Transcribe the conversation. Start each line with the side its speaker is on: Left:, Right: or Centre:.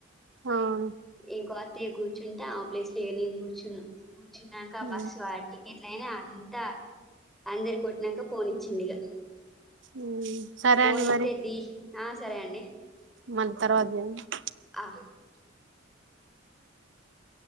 Right: అవును
Centre: ఇంకో అత్తయ్య కూర్చుంటా ప్లేస్లు నే కూర్చున్నా కూర్చున్నాక
Right: ఉమ్,
Centre: బస్సు ఆ టికెట్ల అయినా అంతా అందరి కోట నంక ఫోన్ ఇచ్చిండు ఇంక
Right: ఉమ్. సరే
Centre: ఫోను
Right: అండి మరి
Centre: ఇత్తే ది ఆ సరే అండి
Right: మళ్ళ తర్వాత చేయి
Centre: ఆ